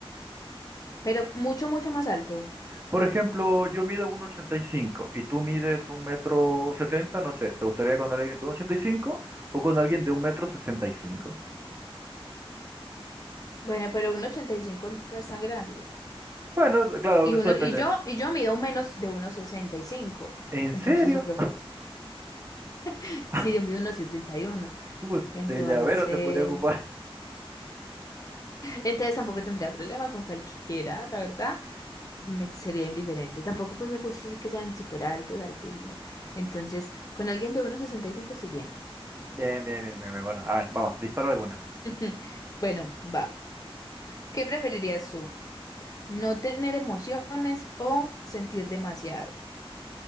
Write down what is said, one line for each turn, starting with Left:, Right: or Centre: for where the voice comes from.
Left: Pero mucho, mucho más alto.
Right: Por ejemplo, yo mido 1,85 y cinco y tú mides un metro setenta no sé. ¿Te gustaría con alguien de 1,85 o con alguien de un metro sesenta y cinco
Left: Bueno, pero un 85 no es tan grande.
Right: Bueno, claro,
Left: Y
Right: eso
Left: uno,
Right: depende.
Left: y yo, y yo mido menos de uno sesenta y cinco
Right: ¿En
Left: Entonces
Right: serio?
Left: yo creo que <laughs>
Right: <laughs>
Left: sí, yo mido uno sesenta y uno
Right: Uh,
Left: Entonces,
Right: de llavero te podría ocupar.
Left: entonces tampoco tendría problema con cualquiera, la verdad. Me sería indiferente. Tampoco pues me gusta así que sean súper altos, altísimos. Entonces, con alguien de uno sesenta y cinco estoy bien.
Right: <laughs> Bien, bien, bien, bien, bien. Bueno, a ver, vamos, dispara alguna.
Left: <laughs> Bueno, va. ¿Qué preferirías tú? ¿No tener emociones o sentir demasiado?